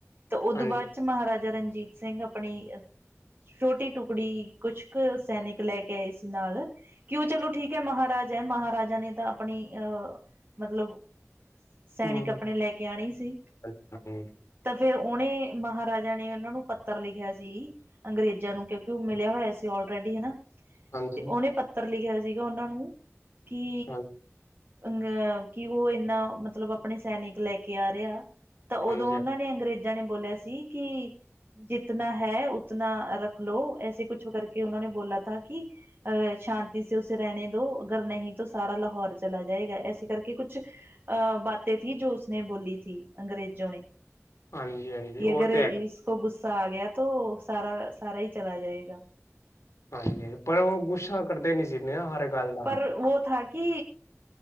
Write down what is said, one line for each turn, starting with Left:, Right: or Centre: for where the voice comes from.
Right: ਤੇ ਉਦੋਂ
Left: ਹਾਂਜੀ
Right: ਬਾਦ ਮਹਾਰਾਜਾ ਰਨਜੀਤ ਸਿੰਘ ਅਪਨੀ ਛੋਟੀ ਟੁਕੜੀ ਕੁਛ ਕ ਸੈਨਿਕ ਲੈਕੇ ਆਏ ਸੀ ਨਾਲ ਕਿਉ ਚਲੋ ਠੀਕੈ, ਮਹਾਰਾਜ ਏ ਮਹਾਰਾਜਾ ਨੇ ਤਾਂ ਅਪਨੀ ਅ ਮਤਲਬ ਸੈਨਿਕ
Left: ਹਮ
Right: ਅਪਨੇ ਲੈਕੇ ਆਨੇ ਈ ਸੀ।
Left: ਹਾਂਜੀ
Right: ਤਾਂ ਫੇਰ ਓਨੇ ਮਹਾਰਾਜਾ ਨੇ ਓਨਾਂ ਨੂੰ ਪੱਤਰ ਲਿਖਿਆ ਸੀ ਅੰਗਰੇਜ਼ਾਂ ਨੂੰ ਕਿਉਂਕਿ ਓ ਮਿਲਿਆ ਹੋਇਆ ਸੀ ਅੋਲਰੇਡੀ, ਹਨਾ।
Left: ਹਾਂਜੀ
Right: ਤੇ ਓਨੇ ਪੱਤਰ ਲਿਖਿਆ ਸੀਗਾ ੳਨਾਂ ਨੂੰ ਕਿ
Left: ਹਾਂ
Right: ਅ ਅਹ ਕਿ ਉਹ ਇੰਨਾ ਮਤਲਬ ਆਪਣੇ ਸੈਨਿਕ ਲੈਕੇ ਆ ਰਿਆ ਤਾਂ
Left: ਹਾਂਜੀ
Right: ਓਦੋਂ ਉਨਾਂ ਨੇ ਅੰਗਰੇਜ਼ਾਂ ਨੇ ਬੋਲੇਆ ਸੀ ਕਿ ਜਿਤਨਾ ਹੈ ਉਤਨਾ ਰੱਖ ਲੋੋ ਐਸੇ ਕੁਛ ਕਰਕੇ ਉਨੋ ਨੇ ਬੋਲਾ ਥਾ ਕਿ ਅ ਸ਼ਾਂਤੀ ਸੇ ਉੇਸੇ ਰੈਹਨੇ ਦੋ ਅਗਰ ਨਹੀਂ ਤੋ ਸਾਰਾ ਲਾਹੌਰ ਚਲਾ ਜਾਏਗਾ ਇਸੇ ਕਰਕੇ ਕੁਛ ਕੁਛ ਅ ਬਾਤੇ ਥੀ ਜੋ ਉਸਨੇ ਬੋਲੀ ਥੀ ਅੰਗਰੇਜੋਂ ਨੇ।
Left: ਹਾਂਜੀ ਹਾਂਜੀ
Right: ਕਿ
Left: ਉਹ
Right: ਅਗਰ
Left: ਤੇ
Right: ਇਸ
Left: ਹੈ
Right: ਕੋ ਗੁੱਸਾ ਆ ਗਯਾ ਤੋ ਸਾਰਾ ਸਾਰਾ ਈ ਚਲਾ ਜਾਏਗਾ।
Left: ਹਾਂਜੀ ਹਾਂ ਪਰ, ਉ ਗੁੱਸਾ ਕਰਦੇ ਨੀ ਸੀਨੇ ਆ ਹਰ ਗੱਲ ਦਾ।
Right: ਪਰ ਓ ਥਾ ਕਿ